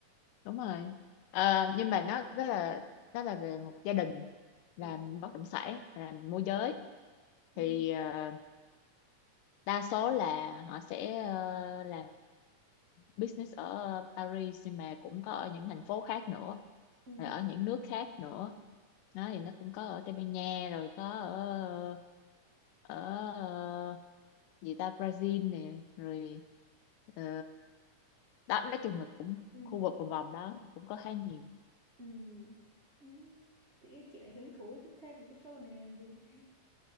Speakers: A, on the left; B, on the right.
A: đúng rồi Ờ, nhưng mà nó đó là đó là về một gia đình làm
B: Ừ.
A: bất động sản làm môi giới
B: Ừ.
A: thì ờ, đa số là họ sẽ ờ, làm business ở ờ, Paris nhưng mà cũng có ở những thành phố khác nữa
B: Ừ.
A: rồi ở những nước khác nữa nó thì nó cũng có ở Tây Ban Nha rồi có ở ở ờ, gì ta Brazil nè rồi ờ, đó nói chung là cũng
B: Ừ.
A: khu vực vòng vòng đó cũng có khá nhiều
B: Ừ. Ừ. Tự nhiên chị lại hứng thú với thêm một cái show này làm gì? <laughs>